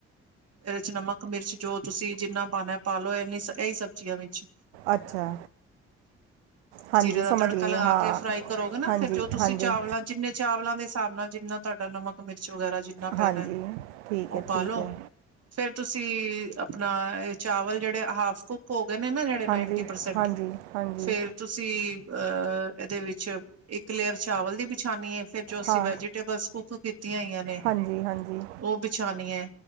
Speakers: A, on the right; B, on the right.
A: ਏਦੇ ਚ ਨਮਕ ਮਿਰਚ ਜੋ ਤੁਸੀਂ ਜਿੰਨਾ ਪਾਣੈ ਪਾਲੋ ਏਨੀ ਸ ਏਹੀ ਸਬਜ਼ੀਆਂ ਵਿੱਚ‌।
B: ਅੱਛਾ। ਹਾਂਜੀ
A: ਜੀਰੇ
B: ਸਮਝ
A: ਦਾ ਤੜਕਾ
B: ਗਈ
A: ਲਗਾ
B: ਹਾਂ
A: ਕੇ ਫਰਾਈ ਕਰੋਗੇ ਨਾ
B: ਹਾਂਜੀ
A: ਫੇਰ ਜੋ ਤੁਸੀਂ
B: ਹਾਂਜੀ
A: ਚਾਵਲਾਂ ਜਿੰਨੇ ਚਾਵਲਾਂ ਦੇ ਸਾਬ ਨਾਲ ਜਿੰਨਾ ਤੁਆਡਾ ਨਮਕ ਮਿਰਚ ਵਗੈਰਾ ਜਿ ਨਾ ਪੈਣੈ,
B: ਹਾਂਜੀ ਠੀਕ
A: ਔ
B: ਹੈ
A: ਪਾਲੋ
B: ਠੀਕ ਹੈ
A: ਫੇਰ ਤੁਸ ਸੀ ਅਪਣਾ ਏ ਚਾਵਲ ਜੇੜੇ ਹਾਫ ਕੁਕ ਹੋਗੇ ਨੇ ਨਾ ਜੇੜੇ ਨਾਈਂਟੀ
B: ਹਾਂਜੀ
A: ਪਰਸੈਂਟ
B: ਹਾਂਜੀ ਹਾਂਜੀ
A: ਫੇਰ ਤੁਸੀਂ ਅਹ ਐਦੇ ਵਿੱਚ ਇੱਕ ਲੇਅਰ ਚਾਵਲ ਦੀ ਬਿਛਾਣੀ ਏ ਫਿਰ ਜੋ ਅਸੀਂ
B: ਹਾਂ
A: ਵੈਜੀਟੇਬਲਸ ਕੁੱਕ ਕੀਤੀਆਂ ਹੋਈਆਂ ਨੇ
B: ਹਾਂਜੀ ਹਾਂਜੀ
A: ਓਹ ਬਿਛਾਣੀ ਐ,